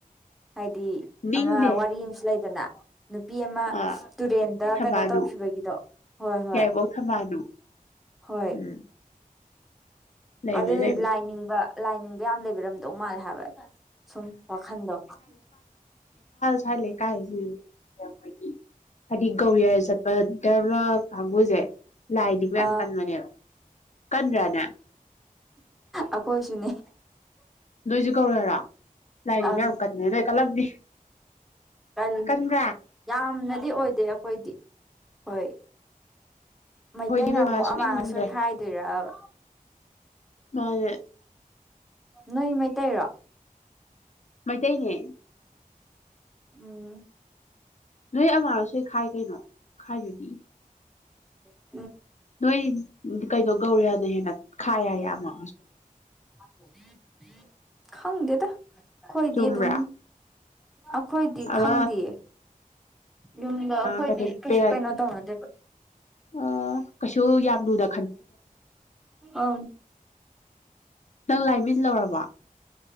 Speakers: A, in the centre; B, on the left (about 55°).
A: ꯍꯥꯏꯗꯤ
B: ꯅꯤꯡꯗꯦ
A: ꯑꯃ ꯋꯥꯔꯤ ꯑꯃꯁꯨ ꯂꯩ ꯅ ꯅꯨꯄꯤ ꯑꯃ
B: ꯑ
A: ꯇꯨꯔꯦꯟꯗ
B: ꯊꯝꯕꯥꯜꯅꯨ
A: ꯀꯩꯅꯣ ꯇꯧꯈꯤꯕꯒꯤꯗꯣ ꯍꯣꯏ ꯍꯣꯏ
B: ꯌꯥꯏꯔꯤꯄꯣꯛ ꯊꯝꯕꯥꯜꯅꯨ
A: ꯍꯣꯏ
B: ꯎꯝ ꯂꯩꯕꯅꯦ
A: ꯑꯗ
B: ꯂꯩꯕꯅꯦ
A: ꯂꯥꯏꯅꯤꯡ ꯂꯥꯏꯅꯤꯡꯕ ꯌꯥꯝꯅ ꯂꯩꯕꯤꯔꯝꯗꯧ ꯃꯥꯜꯂꯦ ꯍꯥꯏꯕ ꯁꯨꯝ ꯋꯥꯈꯥꯟꯗ
B: ꯊꯂ ꯀꯥꯏ ꯅ ꯑꯩꯈꯣꯏꯒꯤ ꯍꯥꯏꯗꯤ ꯒꯧꯔꯤꯌꯥꯔ ꯆꯠꯄ ꯇꯔ ꯄꯉꯣꯏꯖꯥꯏ ꯂꯥꯏꯗꯤ ꯃ ꯌꯥꯝ
A: ꯑꯥ
B: ꯀꯟꯕꯅꯦꯕ ꯀꯗ꯭ꯔꯅ
A: ꯑ ꯀꯣꯏꯁꯨꯅꯦ
B: ꯂꯣꯏꯁꯨ ꯀꯧꯔꯦꯔꯥ ꯂꯥꯏꯔꯤ
A: ꯑꯪ
B: ꯃꯌꯥꯝ ꯌꯥꯝ ꯀꯟꯅ ꯅꯣꯏ ꯀꯜꯂꯝꯅꯤ
A: ꯀꯜꯂꯤ
B: ꯀꯟꯒꯥ
A: ꯌꯥꯝꯅꯗꯤ ꯑꯣꯏꯗꯦ ꯑꯩꯈꯣꯏꯗꯤ ꯍꯣꯏ
B: ꯑꯩꯈꯣꯏꯗꯤ
A: ꯃꯩꯇꯩꯅ
B: ꯏꯕꯦꯝꯃ
A: ꯑꯃꯨꯛ
B: ꯁꯨꯛꯅꯤꯡ
A: ꯑꯃꯥꯡ
B: ꯅꯤꯡꯗ꯭ꯔꯦ
A: ꯑꯁꯣꯏ ꯈꯥꯏꯗꯣꯏꯔꯕ
B: ꯑꯦ
A: ꯅꯣꯏ ꯃꯩꯇꯩꯔꯣ
B: ꯃꯩꯇꯩꯅꯦ
A: ꯎꯝ
B: ꯅꯣꯏ ꯑꯃꯔꯁꯣꯏ ꯈꯥꯏ ꯀꯩꯅꯣ ꯈꯥꯏꯗꯨꯗꯤ
A: ꯍꯣꯏ
B: ꯅꯣꯏ ꯀꯩꯗꯣꯒꯧꯔꯤ ꯑ ꯑꯗꯨ ꯍꯦꯉꯦ ꯈꯌꯦꯃ
A: <inaudible> ꯐꯪꯒꯦꯗ ꯈꯣꯏꯣꯏꯗꯤꯦ
B: ꯆꯨꯝꯕ꯭ꯔꯥ
A: ꯑꯗꯨꯝ ꯑꯩꯈꯣꯏꯗꯤ
B: ꯑꯃ
A: ꯈꯪꯗꯌꯦ ꯌꯨꯝꯗ ꯑꯩꯈꯣꯏꯗꯤ
B: ꯀꯩꯅꯣ
A: ꯀ
B: ꯄꯦꯔꯠ
A: ꯀꯩꯅꯣ ꯇꯧꯅꯗꯦꯕ
B: ꯑ ꯀꯁ ꯌꯥꯗꯗꯗ
A: ꯑ
B: ꯅꯪ ꯂꯥꯏꯃꯤꯟ ꯂꯧꯔꯕ